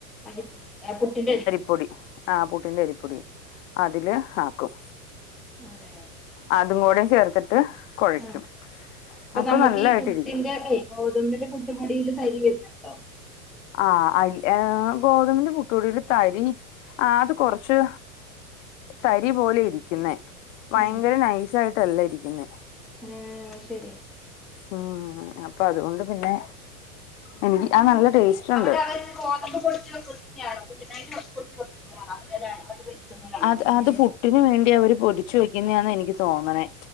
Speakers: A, in the centre; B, on the left (about 55°).
A: അരി അരിപ്പുട്ടിന്റെ അരി
B: പൊടി ആ പുട്ടിന്റെ അരിപ്പൊടി അതില് ആക്കും
A: <unintelligible>
B: അതും കൂടെ ചേർത്തിട്ട് കുഴയ്ക്കും
A: ആ
B: അപ്പൊ
A: നമ്മക്ക്
B: നല്ലായിട്ടിരിക്കും
A: ഈ പുട്ടിന്റെ ഏയ് ഗോതമ്പിന്റെ പുട്ട് പൊടിയിൽ തരി വരുന്നുണ്ടോ
B: ആഹ് അരി ഏഹ് ഗോതമ്പിന്റെ പുട്ട് പൊടിയിൽ തരി ആഹ് അത് കൊറച്ച് തരി പോലെയാ ഇരിക്കുന്നേ ഭയങ്കര
A: ഉം
B: നൈസായിട്ടല്ല ഇരിക്കുന്നെ
A: ഉം ശരി
B: ഉം അപ്പൊ അതുകൊണ്ട് പിന്നെ എനിക്ക് ആഹ് നല്ല ടേസ്റ്റ് ഉണ്ട്
A: അവര് അന്നേരം ഗോതമ്പ് പൊടിച്ച് വെക്കുന്ന തന്നെയണോ പുട്ടിനായിട്ട് പൊടിച്ചു വെക്കുന്നതാണോ വരുത്തുന്നതാണോ
B: അത്
A: അങ്ങനേലും
B: അത് പുട്ടിനു വേണ്ടി അവര് പൊടിച്ച് വെക്കുന്നതാന്ന് എനിക്ക് തോന്നണേ